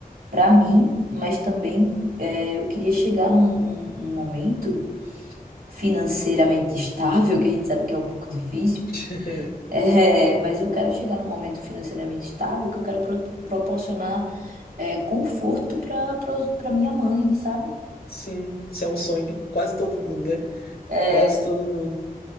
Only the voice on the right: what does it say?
Pra mim, mas também é, eu queria chegar num, num- num momento financeiramente estável, que a gente sabe que é um pouco difícil.
É, mas eu quero chegar num momento financeiramente estável que eu quero pro- proporcionar é, conforto pra pra pra minha mãe, sabe?
É,